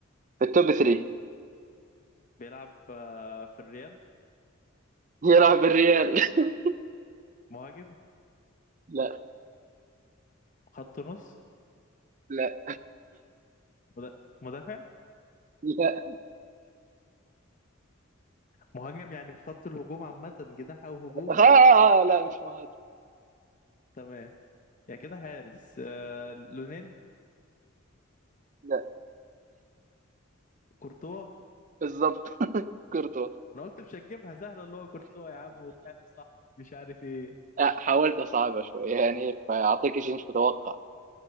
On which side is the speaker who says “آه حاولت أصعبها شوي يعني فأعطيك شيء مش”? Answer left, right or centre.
Right